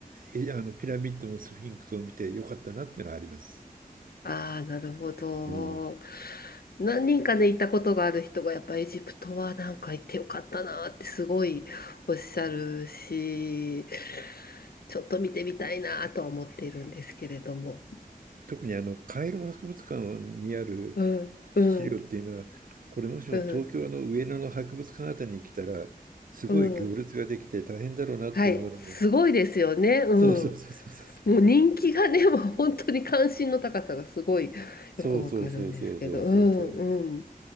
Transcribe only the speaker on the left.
ああ、なるほど。
何人かね、行ったことがある人が、やっぱエジプトはなんか行ってよかったなってすごいおっしゃるし、ちょっと見てみたいなとは思っているんですけれども。
うん、うん、
うん、
うん。はい、すごいですよね。うん。
もう人気がね、<laughs> もう本当に関心の高さがすごいよくわかるんですけど、
うん、うん、